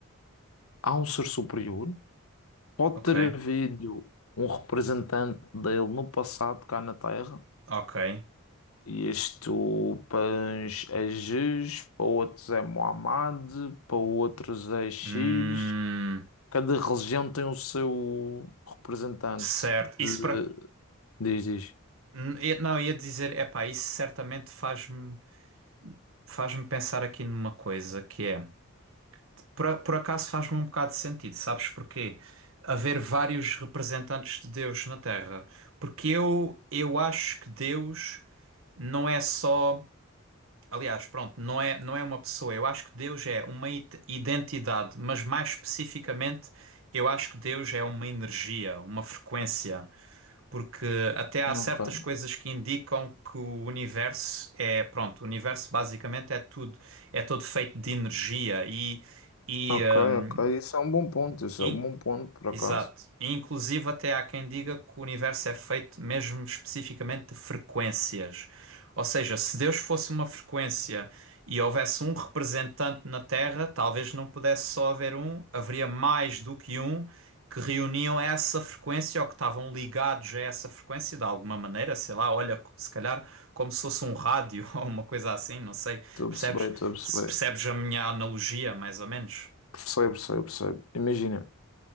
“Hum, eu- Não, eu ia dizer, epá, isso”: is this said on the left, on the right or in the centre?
Right